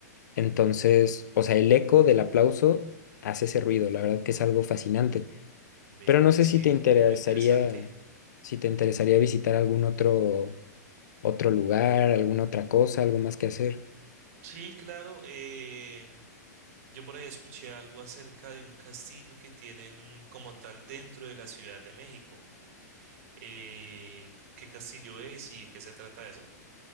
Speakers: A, on the left (about 75°); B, on the right (about 50°).
A: Entonces, o sea, el eco del aplauso hace ese ruido, la verdad que es algo fascinante.
B: ve,
A: Pero no sé
B: sí,
A: si te interesaría,
B: es muy interesante.
A: si te interesaría visitar algún otro, otro lugar, alguna otra cosa, algo más que hacer.
B: Sí, claro, em, yo por ahí escuché algo acerca de un castillo que tienen como tal dentro de la Ciudad de México. Eh, ¿qué castillo es y qué se trata de eso?